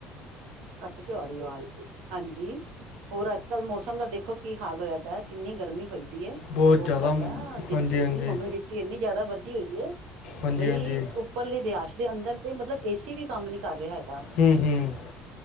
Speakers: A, on the right; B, on the left.
A: ਕਾੱਟ ਕਯੋ ਆਰੀ ਏ ਅਵਾਜ, ਹਾਂਜੀ ਹੋਰ ਆੱਜ ਕਾੱਲ ਮੌਸਮ ਦਾ ਦੇਖੋ ਕੀ ਹਾਲ ਓਏਦੈ ਕਿੰਨੀ ਗਰਮੀ ਹੋਈਦੀ ਏ।
B: ਬਹੁਤ
A: ਬੋਤ
B: ਜ਼ਿਆਦਾ
A: ਜਾਦਾ ਬਿਲਕੁਲ
B: ਹਾਂਜੀ ਹਾਂਜੀ
A: ਜੀ ਹੋਮੇਡਿਟੀ ਇੰਨੀ ਜਾਦਾ ਵੱਦੀ ਓਈ ਏ,
B: ਹਾਂਜੀ
A: ਬਈ
B: ਹਾਂਜੀ
A: ਉੱਪਰਲੀ ਰੇਆਸ ਦੇ ਅਂਦਰ ਤੇ ਮਤਲਬ ਏਸੀ ਵੀ ਕਾਮ ਨੀ ਕਾਰ ਰੇਆ ਐ
B: ਹੂੰ-ਹੂੰ,